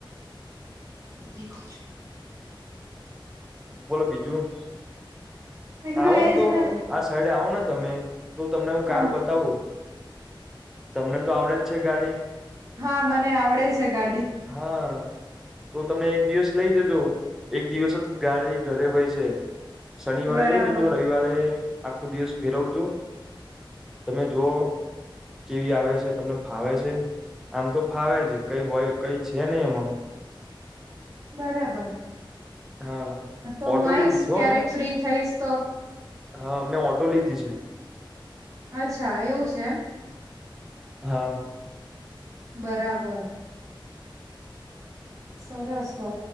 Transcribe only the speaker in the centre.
બોલો બીજું.
આવો
તો
આ સાઈડે આવો ને. તમે તો તમને હું કાર
બતાવું તમને તો આવડે જ છે ગાડી.
હા તો તમે એક દિવસ લઈ જજો એક દિવસ જ ગાડી ઘરે હોય છે. શનિવારે
લઈ જજો, રઇવારે આખો દિવસ ફેરવજો. તમે જોઓ, કેવી આવે છે, તમને ફાવે છે? આમ તો ફાવે જ. કઈ હોય, એવુ કઈ છે નહી એમાં.
હા,
ઓટો
લીધી છે હો
મેં!
હા, અમને ઓટો લીધી છે.
હા